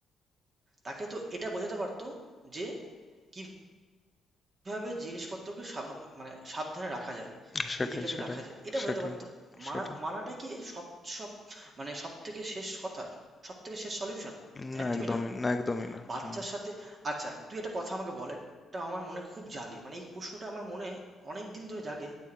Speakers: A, on the right (about 40°); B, on the left (about 20°).
A: তাকে তো এটা বোঝাতে পারতো যে কি কিভাবে জিনিসপত্রকে সাভা মানে সাবধানে রাখা যায়,
B: সেটাই
A: নিজের কাছে
B: সেটাই
A: রাখা যায়। এটা
B: সেটাই
A: বোঝাতে পারতো। মানা
B: সেটাই
A: মানাটাই কি সব সব মানে সবথেকে শেষ কথা? সবথেকে শেষ সলিউশন?
B: না
A: একদমই
B: একদমই
A: না।
B: না একদমই না
A: বাচ্চার
B: হুম
A: সাথে আচ্ছা তুই একটা কথা আমাকে বল, এটা আমার মনে খুব জাগে। মানে এই প্রশ্নটা আমার মনে অনেকদিন ধরে জাগে